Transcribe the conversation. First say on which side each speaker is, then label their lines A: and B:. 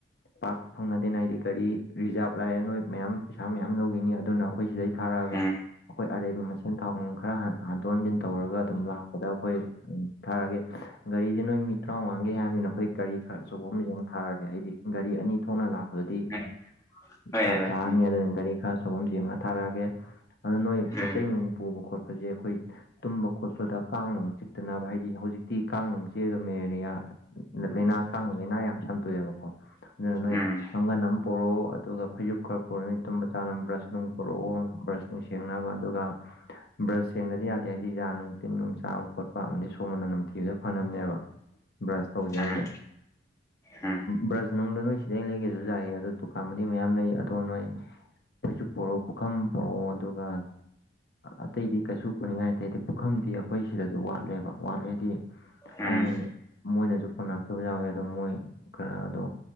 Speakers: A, on the left (about 55°); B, on the left (about 15°).
A: ꯄꯥꯛ ꯐꯪꯅꯗꯦꯅ ꯍꯥꯏꯗꯤ ꯒꯥꯔꯤ ꯔꯤꯖꯥꯕ ꯂꯥꯛꯑꯦ ꯅꯣꯏ ꯃꯌꯥꯝ ꯄꯩꯁꯥ ꯃꯌꯥꯝ ꯂꯧꯈꯤꯅꯤ ꯑꯗꯨꯅ ꯑꯩꯈꯣꯏ ꯁꯤꯗꯩ ꯊꯥꯔꯛꯑꯒ
B: ꯎꯝ
A: ꯑꯩꯈꯣꯏ ꯑꯔꯩꯕ ꯃꯁꯦꯟ ꯊꯥꯎ ꯅꯨꯡ ꯈꯔ ꯍꯟꯗꯣꯛ ꯍꯟꯖꯤꯟ ꯇꯧꯔꯒ ꯑꯗꯨꯝ ꯂꯥꯛꯄꯗ ꯑꯩꯈꯣꯏ ꯎꯝ ꯊꯥꯔꯒꯦ ꯒꯥꯔꯤꯗꯤ ꯅꯣꯏ ꯃꯤ ꯇꯔꯥꯃꯉꯥꯡꯒꯦ ꯍꯥꯏꯔꯕꯃꯤꯅ ꯑꯩꯈꯣꯏ ꯒꯥꯔꯤ ꯈꯔ ꯑꯆꯧꯕ ꯑꯃ ꯊꯥꯔꯒꯦ ꯍꯥꯏꯗꯤ ꯒꯥꯔꯤ ꯑꯅꯤ ꯊꯣꯛꯅ ꯂꯥꯛꯄꯗꯗꯤ
B: <unintelligible> ꯍꯣꯏ
A: ꯐꯔꯛꯇꯥꯔꯅꯤ
B: ꯚꯥꯏ
A: ꯑꯗꯨꯅꯤ ꯒꯥꯔꯤ ꯈꯔ ꯑꯆꯧꯕ ꯌꯦꯡꯉ ꯊꯥꯔꯛꯑꯒꯦ ꯑꯗꯨ ꯅꯣꯏ
B: ꯎꯝ
A: ꯄꯣꯠ ꯆꯩ ꯅꯨꯡ ꯄꯨꯕ ꯈꯣꯠꯄꯁꯦ ꯑꯩꯈꯣꯏ ꯇꯨꯝꯕ ꯈꯣꯠꯄꯗ ꯀꯥꯡ ꯅꯨꯡ ꯆꯤꯛꯇꯅꯕ ꯍꯥꯏꯗꯤ ꯍꯧꯖꯤꯛꯇꯤ ꯀꯥꯡ ꯅꯨꯡ ꯆꯤꯛꯑꯗꯤ ꯃꯦꯂꯔꯤꯌꯥ ꯂꯥꯏꯅꯥ ꯀꯥꯡꯉꯤ ꯂꯥꯏꯅꯥ ꯌꯥꯝ ꯁꯟꯇꯣꯛꯑꯦꯕꯀꯣ ꯑꯗꯨꯅ ꯅꯣꯏ
B: ꯎꯝ
A: ꯀꯥꯡꯒꯟ ꯑꯃ ꯄꯨꯔꯣ ꯑꯗꯨꯒ ꯐꯩꯖꯨꯞ ꯄꯨꯔꯅꯤ ꯇꯨꯝꯕ ꯆꯥꯅꯕ ꯕ꯭ꯔꯁ ꯅꯨꯡ ꯄꯨꯔꯛꯎ ꯕ꯭ꯔꯁ ꯅꯨꯡ ꯁꯦꯡꯅꯕ ꯑꯗꯨꯒ ꯕ꯭ꯔꯁ ꯁꯦꯡꯗꯗꯤ ꯌꯥꯗꯦ ꯍꯥꯏꯗꯤ ꯌꯥꯖ ꯅꯨꯡ ꯇꯤꯟ ꯅꯨꯡ ꯆꯥꯕ ꯈꯣꯠꯄ ꯑꯃꯗꯤ ꯁꯣꯔ ꯃꯅꯝ ꯅꯝꯊꯤꯕꯁꯨ ꯐꯅꯕꯅꯦꯕ ꯕ꯭ꯔꯁ ꯇꯧꯁꯦ
B: ꯎꯝ
A: ꯍꯥꯏꯁꯦ
B: ꯎꯝ
A: ꯕ꯭ꯔꯁ ꯅꯨꯡꯗꯨ ꯅꯣꯏꯁꯤ ꯈꯤꯗꯩ ꯂꯩꯒꯦꯁꯨ ꯌꯥꯥꯏꯌꯦ ꯑꯗꯨꯗꯣ ꯗꯨꯀꯥꯟꯥꯟꯕꯗꯤ ꯃꯌꯥꯝ ꯂꯩꯌꯦ ꯑꯗꯣ ꯅꯣꯏ ꯐꯩꯖꯨꯞ ꯄꯨꯔꯛꯑꯣ ꯄꯨꯈꯝ ꯄꯨꯔꯛꯑꯣ ꯑꯗꯨꯒ ꯑꯇꯩꯗꯤ ꯀꯩꯁꯨ ꯄꯨꯅꯤꯡꯉꯥꯏ ꯂꯩꯇꯦ ꯄꯨꯈꯝꯗꯤ ꯑꯩꯈꯣꯏ ꯁꯤꯗꯁꯨ ꯋꯥꯠꯂꯦꯕ ꯋꯥꯠꯂꯦꯗꯤ
B: ꯎꯝ ꯎꯝ
A: ꯑꯩꯅ ꯃꯣꯏꯅꯁꯨ ꯄꯨꯅꯔꯛꯇꯕ ꯌꯥꯎꯋꯦ ꯑꯗꯣ ꯃꯣꯏ ꯈꯔ ꯑꯗꯣ